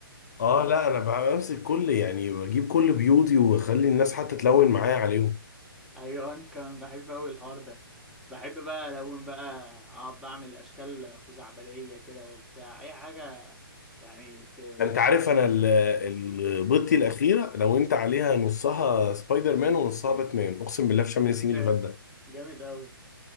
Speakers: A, on the left (about 45°); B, in the centre.
A: اه لا انا بمسك كل يعني بجيب كل بيوضي واخلي الناس حتى تلون معايا عليهم
B: ايوه انا كمان بحب اوي الحوار ده بحب بقى الون بقى اقعد بعمل اشكال خزعبليه كده وبتاع اي حاجه يعني ت... ت...
A: انت عارف انا ال- البطي الاخيره لو انت عليها نصها سبايدر مان ونصها باتمان اقسم بالله في شم النسيم
B: ت-
A: اللي فات ده
B: جامد اوي